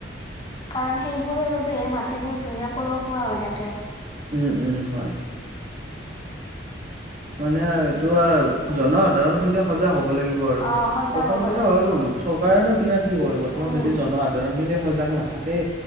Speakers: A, on the left; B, on the right.
A: কাৰণ সেইবোৰৰ বাবেহে মাটিবোৰ ধুনীয়া পলসুৱা হৈ থাকে।
B: উম- উম, হয়। মানে আৰু টো আওঁ, জনসাধাৰণ কিন্তু সজাগ হ'ব লাগিব আৰু।
A: অ সজাগ
B: প্ৰথম
A: হব
B: কথা
A: লাগিব
B: হ'ল চৰকাৰেনো কিমান কি কৰিব, তোমাৰ
A: উম
B: যদি জনসাধাৰণ খিনি সজাগ নাথাকে।